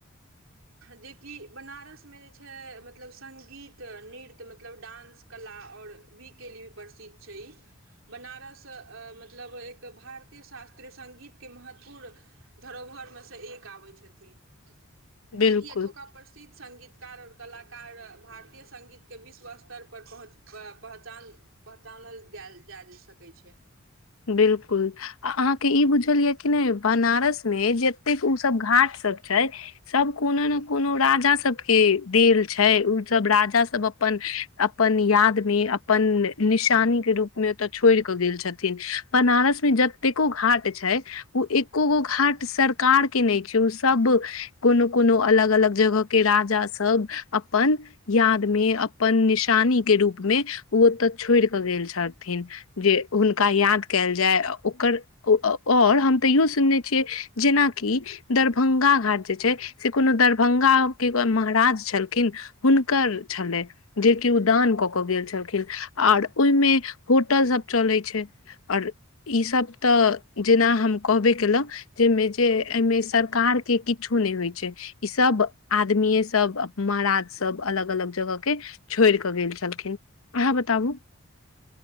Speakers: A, on the right (about 65°); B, on the left (about 75°).
A: जै की बनारस मे जै छय मतलब सङ्गीत, नृत्य मतलब डान्स, कला आओर भी के लिए भी प्रसिद्ध छै ई बनारस मतलब एक भारतीय शास्त्र सङ्गीत के महत्वपूर्ण धरोहरमे सँ एक आबै छथिन। जे
B: बिलकुल
A: कि एथका प्रसिद्ध सङ्गीतकार आओर कलाकार भारतीय सङ्गीतके विश्व स्तर पर पहुँच पहचान पहचानल गइल जा सकैत छै।
B: बिलकुल अहाँके ई बुझल ये कि नै बनारस मे जतेक ऊ सब घाट सब छै सब कोनो ने कोनो राजा सबके देल छै, ओ सब राजा सब अपन अपन याद मे अपन निशानी के रूप मे ओते छोड़ के गेल छथिन बनारस मे जतेको घाट छै, ओ एको गो घाट सरकार के नइ छै, ओ सब कोनो - कोनो अलग -अलग जगह के राजा सब अपन याद मे अपन निशानी के रूप मे ओ ओतऽ छोड़ कऽ गेल छथिन। जे हुनक हनका याद कयल जाय ओकर आओर हम तऽ इहो सुनने छियै जेनाकि दरभंगा घाट जे छै, से कोनो दरभंगा के महाराज छलखिन हुनकर छलै, जेकि उदान कऽ कऽ, गेल छलखिन आओर ओइ मे होटल सब चलैत छै, आऔर ईसभ तऽ, जेना हम कहबे केलउ। जाहिमे जे एहिमे सरकार के किछो नहि होइ छै ई सब आदमीे सब महाराज सब अलग - अलग जगह के छोड़ि कऽ, गेल छलखिन अहाँ बताबू